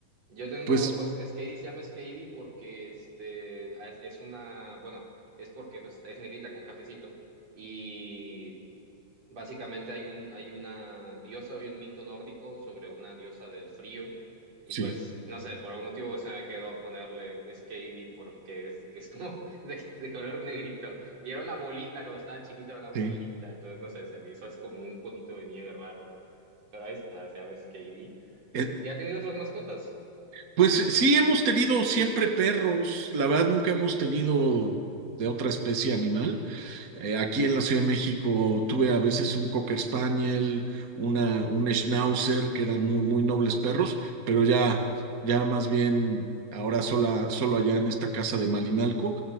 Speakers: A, on the right (about 40°); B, on the right (about 90°).
A: Yo tengo,
B: pues
A: pues, Skady se llama Skady porque, este, es, es una, bueno, es porque, pues, es negrita con cafecito. Y Básicamente hay un, hay una diosa, hay un mito nórdico sobre una diosa del frío. Y
B: sí.
A: pues, no sé, por algún motivo se me quedó ponerle Skadi porque es, es como <laughs> de, de color negrito. Y era una bolita, cuando estaba chiquita era una bolita.
B: Sí.
A: Entonces, no sé, se me hizo es como un conito de nieve raro. Pero ahí está, se llama Skadi.
B: Es,
A: ¿Y ha tenido otras mascotas?
B: Pues sí, hemos tenido siempre perros, la verdad nunca hemos tenido de otra especie animal. Eh, aquí en la Ciudad de México tuve a veces un Cocker Spaniel, una, un Schnauzer, que eran muy, muy nobles perros, pero ya, ya más bien ahora sola, solo allá en esta casa de Malinalco.